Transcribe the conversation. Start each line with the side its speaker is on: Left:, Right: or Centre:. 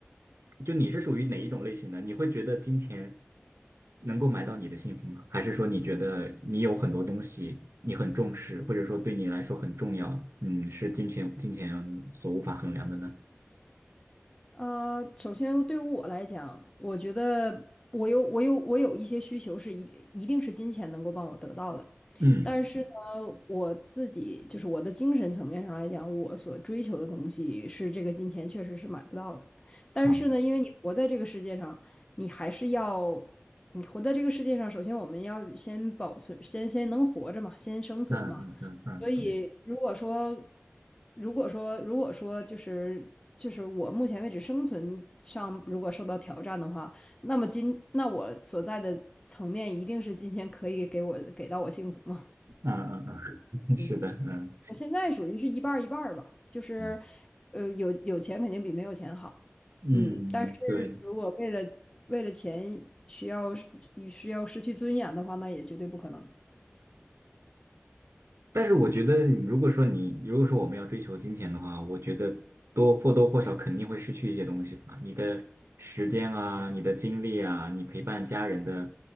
Right: 就你是属于哪一种类型的？你会觉得金钱能够买到你的幸福吗？还是说你觉得你有很多东西你很重视，或者说对你来说很重要？嗯，是金钱金钱所无法衡量的呢？
Left: 呃，首先对于我来讲，我觉得我有我有我有一些需求是一定一定是金钱能够帮我得到的，
Right: 嗯
Left: 但是呢，我自己就是我的精神层面上来讲，我所追求的东西是这个金钱确实是买不到的。但是呢，
Right: 嗯。
Left: 因为你活在这个世界上，你还是要你活在这个世界上，首先我们要先保存，先先能活着嘛，先生存嘛。
Right: 嗯嗯嗯嗯嗯
Left: 所以，如果说，如果说，如果说，就是就是我目前为止生存上如果受到挑战的话，那么今那我所在的层面一定是金钱可以给我给到我幸福吗？
Right: 嗯嗯，嗯嗯是的，
Left: 嗯
Right: 嗯
Left: 我现在属于是一半儿一半儿吧，就是，
Right: 嗯，
Left: 呃，有有钱肯定比没有钱好，
Right: 嗯对。
Left: 嗯，但是如果为了为了钱需要是需要失去尊严的话，那也绝对不可能。
Right: 但是我觉得你，如果说你，如果说我们要追求金钱的话，我觉得多或多或少肯定会失去一些东西吧，你的时间啊，你的精力啊，你陪伴家人的，